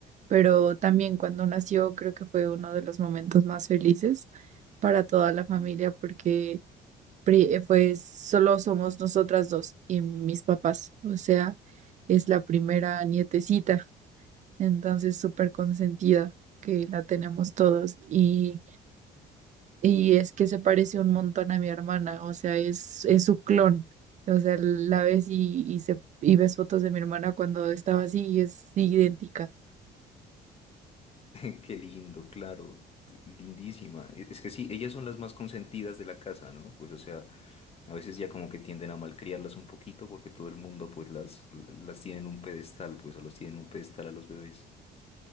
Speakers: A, on the right; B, on the left.
A: pero también cuando nació creo que fue uno de los momentos más felices para toda la familia porque pri- eh, Pues solo somos nosotras dos y mis papás, o sea, es la primera nietecita, entonces súper consentida que la tenemos todos y, y es que se parece un montón a mi hermana, o sea, es, es su clon, o sea, la ves y, y, se, y ves fotos de mi hermana cuando estaba así y es idéntica.
B: <laughs> Qué lindo, claro, t- lindísima. E- Es que sí, ellas son las más consentidas de la casa, ¿no? Pues o sea, a veces ya como que tienden a malcriarlas un poquito porque todo el mundo pues las, las tiene en un pedestal, pues o los tiene en un pedestal a los bebés.